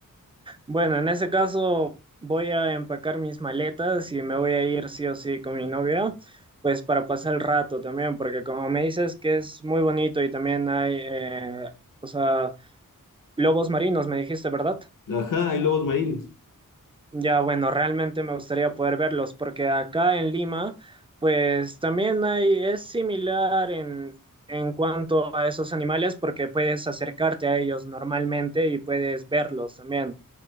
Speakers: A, on the right (about 15°); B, on the left (about 70°).
A: Bueno, en ese caso voy a empacar mis maletas y me voy a ir sí o sí con mi novia, pues para pasar el rato también, porque como me dices que es muy bonito y también hay, eh, o sea, lobos marinos, me dijiste, ¿verdad?
B: Ajá, hay lobos marinos.
A: Ya, bueno, realmente me gustaría poder verlos, porque acá en Lima, pues también hay, es similar en, en cuanto a esos animales, porque puedes acercarte a ellos normalmente y puedes verlos también.